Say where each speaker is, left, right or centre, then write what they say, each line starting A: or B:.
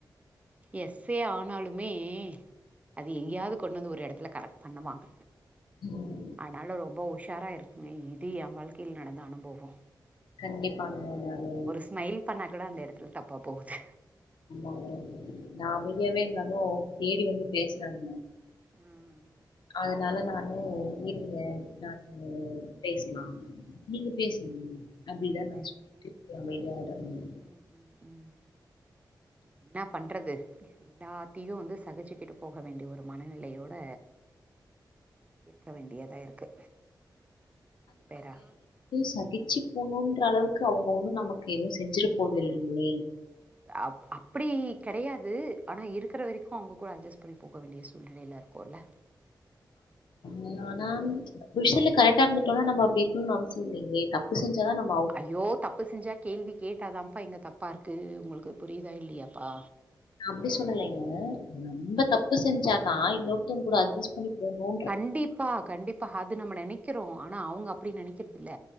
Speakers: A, on the right; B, on the left.
A: எஸே ஆனாலுமே அது எங்கேயாவது கொண்டு வந்து ஒரு இடத்துல கரெக்ட் பண்ணுவாங்க
B: ம் ம் ம்
A: அதுனாலு ரொம்ப உஷாரா இருக்குங்க இது என் வாழ்க்கையில நடந்த அனுபவ
B: கண்டிப்பாங்க நானு
A: ஸ்மைல் பண்ணா கூட அந்த இடத்துல தப்பாக போகுது
B: ஆமா நா அமைதியாவே இருந்தாலு தேடி வந்து பேசுறாங்க
A: ம் ம்
B: அதனால நானு இருங்க நானு பேசலா நீங்க பேசுங்க அப்டிதா
A: ம்
B: நா சொல்லட்டு அமைதியாடனு
A: ம் ம் ம் என்ன பண்றது எல்லாத்தையு வந்து தகச்சிக்கிட்டு போக வேண்டிய ஒரு மனநிலையோட இருக்க வேண்டியதா இருக்கு பேரா
B: சகிச்சி போணுன்ற அளவுக்கு அவுங்க ஒண்ணு நமக்கு எதுவு செஞ்சிர போத இல்லிங்லே
A: அப் அப்டி கெடையாது ஆனா இருக்குற வரைக்கு அவுங்க கூட அஜெஸ்ட் பண்ணி போக வேண்டிய சூழ்நிலையில இரு கொல
B: <unintelligible> குஷல்ல கரெக்டா இருந்துட்டோனா நம்ம அப்டி இருக்குனு அவசிய இல்லைங்களே தப்பு செஞ்சாதா நம்
A: ஐய்யோ தப்பு செஞ்சா கேள்வி கேட்டாதாப்பா இங்க தப்பாருக்கு உங்களுக்கு புரியிதா இல்லையாப்பா
B: அப்டி சொல்லலைங்க நம்ப தப்பு செஞ்சாதா இன்னோர்த்தங் கூட அட்ஜெஸ் படிப்போனோ
A: கண்டிப்பா கண்டிப்பா அது நம்ம நெனைக்கிறோ ஆனா அவுங்க அப்டி நெனைக்கிறதில்ல